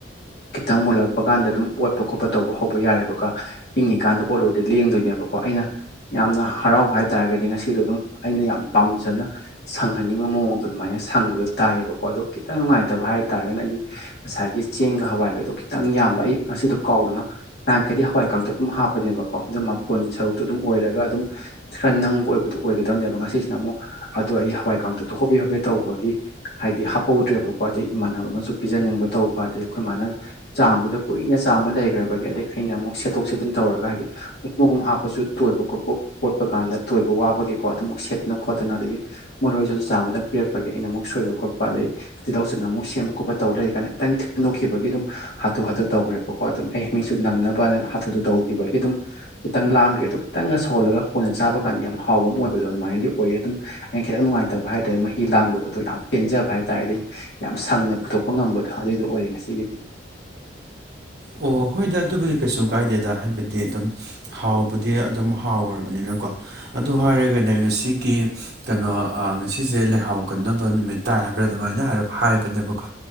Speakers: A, on the left; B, on the right.
A: ꯈꯤꯇꯪ ꯃꯨꯜꯂꯛꯄ ꯀꯥꯟꯗ ꯗꯨꯝ ꯑꯣꯠꯄ ꯈꯣꯠꯄ ꯇꯧꯕ ꯍꯧꯕ ꯌꯥꯔꯦꯕꯀꯣ ꯏꯪꯉꯤꯀꯥꯟꯗ ꯑꯣꯠ ꯂꯨꯔꯗꯤ ꯂꯦꯡꯗꯣꯏꯅꯦꯕꯀꯣ ꯑꯩꯅ ꯌꯥꯝꯅ ꯍꯔꯥꯎꯕ ꯍꯥꯏꯇꯥꯥꯔꯒꯗꯤ ꯉꯁꯤꯗꯣ ꯑꯗꯨꯝ ꯑꯩꯅ ꯌꯥꯝ ꯄꯥꯝꯖꯅ ꯁꯪꯍꯟꯅꯤꯡꯕ ꯃꯑꯣꯡꯗꯣ ꯑꯗꯨꯃꯥꯏꯅ ꯁꯪꯕꯗꯣ ꯇꯥꯏꯌꯦꯕꯀꯣ ꯑꯗꯣ ꯈꯤꯇꯪ ꯅꯨꯡꯉꯥꯏ ꯇꯕ ꯍꯥꯏ ꯇꯥꯔꯒꯅ ꯑꯩꯒꯤ ꯉꯁꯥꯏꯒꯤ ꯆꯦꯡꯒ ꯍꯋꯥꯏꯒꯗꯣ ꯈꯤꯇꯪ ꯌꯥꯝꯕ ꯑꯩ ꯉꯁꯤꯗꯣ ꯀꯥꯎꯗꯅ ꯅꯍꯥꯟꯈꯩꯗꯤ ꯍꯋꯥꯏ ꯀꯥꯡꯇꯛ ꯑꯗꯨꯝ ꯍꯥꯞꯄꯅꯦꯕꯀꯣ ꯑꯗꯨ ꯃꯐꯣꯟꯒꯤ ꯁꯔꯨꯛꯇꯣ ꯑꯗꯨꯝ ꯑꯣꯏꯔꯒ ꯑꯗꯨꯝ ꯈꯔ ꯅꯪꯕ ꯑꯣꯏꯕꯗꯨ ꯑꯣꯏꯒꯗꯕꯅꯦꯕ ꯉꯁꯤꯁꯤꯅ ꯑꯃꯨꯛ ꯑꯗꯣ ꯑꯩ ꯍꯋꯥꯏ ꯀꯥꯡꯥꯡꯗꯨꯗꯣ ꯍꯣꯕꯦ ꯍꯣꯕꯦ ꯇꯧꯕꯒꯤ ꯍꯥꯏꯗꯤ ꯍꯥꯞꯍꯧꯗ꯭ꯔꯦꯕ ꯑꯗꯩ ꯏꯃꯥꯟꯅꯕ ꯑꯃꯁꯨ ꯄꯤꯖꯅꯤꯡꯕ ꯇꯧꯕ ꯑꯗꯩ ꯑꯩꯈꯣꯏ ꯃꯥꯅ ꯆꯥꯝꯕꯗ ꯀꯨꯏꯅ ꯆꯥꯝꯃ ꯂꯩ ꯖꯔꯕꯒꯤ ꯑꯗꯗꯒꯤ ꯑꯩꯅ ꯑꯃꯨꯛ ꯁꯦꯠꯠꯇꯣꯛ ꯆꯦꯠꯟ ꯇꯧꯔꯒ ꯍꯥꯏꯗꯤ ꯃꯛ ꯃꯒꯨꯝ ꯍꯥꯞꯄꯁꯨ ꯇꯣꯏꯕ ꯈꯣꯠꯄ ꯑꯣꯣꯠꯄ ꯀꯥꯟꯗ ꯇꯣꯏꯕ ꯋꯥꯕꯒꯤꯀꯣ ꯑꯗꯨꯃꯨꯛ ꯁꯦꯠꯇꯅ ꯈꯣꯠꯇꯅ ꯑꯗꯒꯤ ꯃꯔꯣꯏꯁꯤꯁꯨ ꯆꯥꯝꯃꯗꯪ ꯄꯤꯔꯛꯄꯒꯤ ꯑꯩꯅ ꯑꯃꯨꯛ ꯁꯣꯏꯕ ꯈꯣꯠꯄ ꯑꯗꯗꯒꯤ ꯁꯤꯤꯗꯧ ꯆꯨꯝꯅ ꯑꯃꯨꯛ ꯁꯦꯝꯕ ꯈꯣꯠꯄ ꯇꯧꯔ ꯂꯩꯔꯤ ꯀꯥꯏꯅ ꯈꯤꯇꯪ ꯊꯦꯡꯗꯣꯛꯈꯤꯕꯒꯤ ꯑꯗꯨꯝ ꯍꯥꯊꯨ ꯍꯥꯊꯨ ꯇꯧꯈ꯭ꯔꯦꯕꯀꯣ ꯑꯗꯨꯝ ꯑꯩ ꯃꯤꯁꯨ ꯅꯪꯅꯕ ꯃꯨꯗ ꯇꯧꯈꯤꯕꯒꯤ ꯑꯗꯨꯝ ꯈꯤꯇꯪ ꯂꯥꯡꯈ꯭ꯔꯦ ꯑꯗꯨ ꯈꯤꯪꯒ ꯁꯣꯜꯂꯒ ꯑꯩꯈꯣꯏꯅ ꯆꯥꯕ ꯀꯥꯟꯗ ꯌꯥꯝ ꯍꯥꯎꯕ ꯑꯃ ꯑꯣꯏꯕꯗꯣ ꯑꯗꯨꯃꯥꯏꯅꯗꯤ ꯑꯣꯏꯌꯦ ꯑꯗꯨꯝ ꯑꯩꯅ ꯈꯤꯇꯪ ꯅꯨꯡꯉꯥꯏꯇꯕ ꯍꯥꯏꯇꯥꯔꯦ ꯃꯍꯤ ꯂꯥꯡꯕꯗꯣ ꯑꯗꯣ ꯌꯥꯝ ꯄꯦꯟꯖꯕ ꯍꯥꯏꯇꯥꯥꯔꯗꯤ ꯌꯥꯝ ꯁꯪꯅ ꯄꯨꯊꯣꯛꯄ ꯉꯝꯕꯗꯣ ꯑꯗꯨꯏꯗꯣ ꯑꯣꯏꯔꯦ ꯉꯁꯤꯒꯤꯗꯤ
B: ꯑꯣ ꯍꯣꯏꯗ ꯑꯗꯨꯕꯨꯗꯤ ꯀꯩꯁꯨ ꯀꯥꯏꯗꯦꯗ ꯍꯥꯏꯕꯗꯤ ꯑꯗꯨꯝ ꯍꯥꯎꯕꯗꯤ ꯑꯗꯨꯝ ꯍꯥꯎꯈ꯭ꯔꯕꯅꯤꯅꯀꯣ ꯑꯗꯨ ꯍꯥꯏꯔꯒꯅ ꯉꯁꯤꯒꯤ ꯀꯩꯅꯣ ꯉꯁꯤꯁꯦ ꯂꯩꯍꯥꯎ ꯀꯟꯅꯕ ꯅꯨꯃꯤꯠ ꯇꯥꯏ ꯍꯥꯏꯕ꯭ꯔꯥ ꯑꯗꯨꯃꯥꯏꯅ ꯍꯥꯏꯞ ꯍꯥꯏꯕꯅꯦꯕꯀꯣ